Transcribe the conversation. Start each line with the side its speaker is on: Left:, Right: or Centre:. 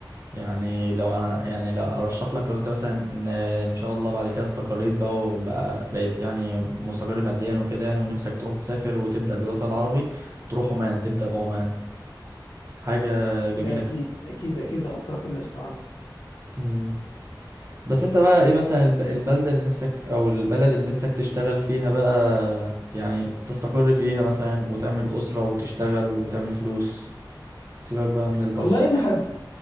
Right: يعني لو انا يعني لو ارشح لك لو انت مثلا ان إن شاء الله بعد كده استقريت بقى وبقى بقيت يعني مستقر ماديا وكده يعني ونفسك تروح تسافر وتبدا بالوطن العربي تروح عمان تبدا بعمان حاجة جميلة
Left: ده أكيد أكيد أكيد هحطها في الليست عندي
Right: مم. بس انت بقى ايه مثلا الب- البلدة اللي نفسك او البلد اللي نفسك تشتغل فيها بقى يعني تستقر فيها مثلا وتعمل أسرة وتشتغل وتعمل فلوس سيبك بقى من الترفيه
Left: والله ما